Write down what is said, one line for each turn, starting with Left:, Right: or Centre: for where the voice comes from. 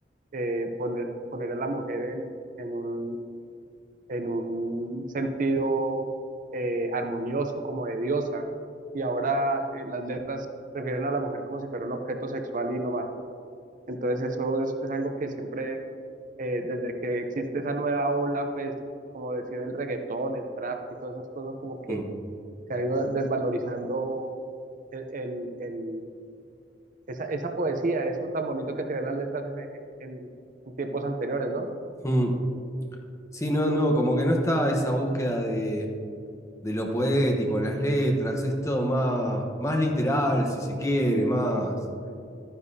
Right: eh, poner, poner a la mujer en, en un, en un sentido eh, armonioso, como de diosa. Y ahora eh, las letras refieren a la mujer como si fuera un objeto sexual y no más. Entonces eso es, es algo que siempre, eh, desde que existe esa nueva ola, pues como decir el reggaetón, el trap y todas esas cosas, como que
Left: Mm.
Right: se ha ido desvalorizando el, el- el- esa, esa poesía, eso tan bonito que tenían las letras en, en- en tiempos anteriores, ¿no?
Left: Mm. Sí, no, no, como que no está esa búsqueda de, de lo poético en las letras, es todo más, más literal, si se quiere, más,